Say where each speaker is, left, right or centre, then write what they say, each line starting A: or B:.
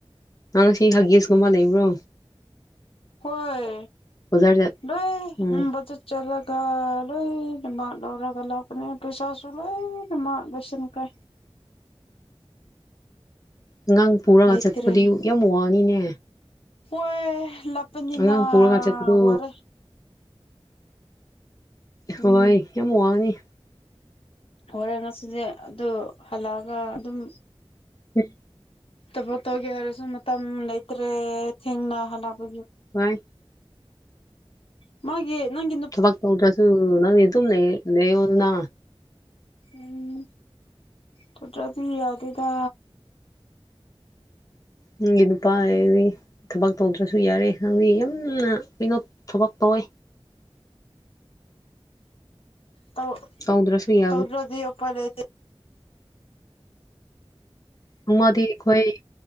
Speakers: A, on the left; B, on the left.
A: ꯅꯪꯅ ꯁꯤ ꯍꯒꯦꯁꯀꯨꯝꯕ ꯂꯩꯕ꯭ꯔꯣ
B: ꯍꯣꯏ
A: ꯕꯖꯥꯔꯗ
B: ꯂꯣꯏ
A: ꯎꯝ
B: ꯎꯔ ꯆꯠꯂꯒ ꯂꯣꯏꯅꯃꯠ ꯂꯧꯔꯒ ꯂꯥꯛꯄꯅꯦ ꯄꯩꯁꯥꯁꯨ ꯂꯣꯏꯅ ꯃꯥ ꯂꯣꯏꯁꯤꯟꯈ꯭ꯔꯦ
A: ꯑꯉꯥꯡ ꯄꯨꯔꯒ
B: ꯂꯩꯇ꯭ꯔꯦ
A: ꯆꯠꯄꯗꯤ ꯌꯥꯝ ꯋꯥꯅꯤꯅꯦ
B: ꯍꯣꯏꯦ ꯂꯄꯅꯤꯅ
A: ꯑꯉꯥꯡ ꯄꯨꯔꯒ ꯆꯠꯄꯗꯨ
B: ꯋꯥꯔ
A: ꯍꯣꯏ
B: ꯎꯝ
A: ꯌꯥꯝ ꯋꯥꯡꯒꯅꯤ
B: ꯍꯣꯔꯦꯟ ꯉꯁꯤꯁꯦ ꯑꯗꯨ ꯍꯜꯂꯛꯑꯒ ꯑꯗꯨꯝ
A: ꯎꯝ
B: ꯊꯕꯣ ꯇꯧꯒꯦ ꯍꯥꯏꯔꯁꯨ ꯃꯇꯝ ꯂꯩꯇ꯭ꯔꯦ ꯊꯦꯡꯅ ꯍꯜꯂꯛꯄꯒꯤ
A: ꯍ
B: ꯃꯥꯦ ꯅꯪ
A: ꯊꯕ ꯇꯧꯗ꯭ꯔꯁꯨ ꯅꯪ ꯅ ꯑꯗꯨ ꯅ ꯂꯩ ꯑꯣꯅ
B: ꯎꯝ ꯊꯇꯥꯕꯤ ꯌꯥꯗꯦꯗ
A: ꯅꯪꯒ ꯅꯨꯄꯥ ꯍꯥꯏꯕꯤ ꯊꯕꯛ ꯇꯧꯗ꯭ꯔꯁꯨ ꯌꯥꯔꯦ ꯈꯪꯗꯤꯦ ꯌꯥꯝꯅ ꯀꯩꯅꯣ ꯊꯕꯛ ꯇꯧꯋꯦ
B: ꯇꯧ
A: ꯇꯧꯗ꯭ꯔꯁꯨ ꯌꯥꯕꯅꯤ
B: ꯇꯧꯗ꯭ꯔꯗꯤꯄꯔ ꯂꯩ
A: ꯎꯃꯗꯤ ꯑꯩꯈꯣꯏ